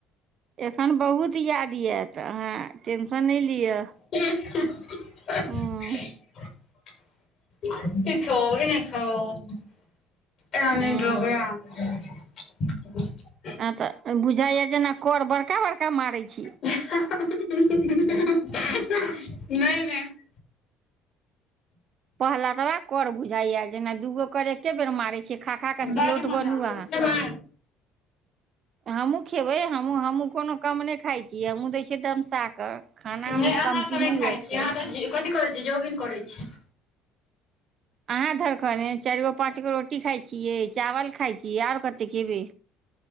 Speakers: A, on the right; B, on the left.
A: एखन बहुत याद आयतऽ अहाँ टेन्शन नहि लिअ
B: <unintelligible>
A: हूँ
B: <unintelligible> एना
A: हूँ
B: नऽ निक लगैय यऽ
A: आहाँ तऽ बुझाइए जेना की बड़का बड़का मारै छी
B: नहि नहि
A: पहला तऽा कर बुझाइया जेना दूगो कर एके बेर मारे छियै खा खा कऽ सिलौट
B: बडड मजा
A: बनू
B: आबे
A: अहाँ
B: छैय खबैय
A: हमहूँ खेबै हमहूँ हमहूँ कोनो कम नहि खाइ छीियै हमहूँ दै छियै दमसा कऽ खानामे
B: नहि अहाँ
A: कमती
B: तऽ नहि खाइ
A: हुअके
B: छीियै
A: चाही
B: अहाँ त कथि करै छीै जोगिंग करै छी
A: अहाँ धरखन चारि गो पाँच गो रोटी खाइ छियै चावल खााय छियै आर कतेक खेबै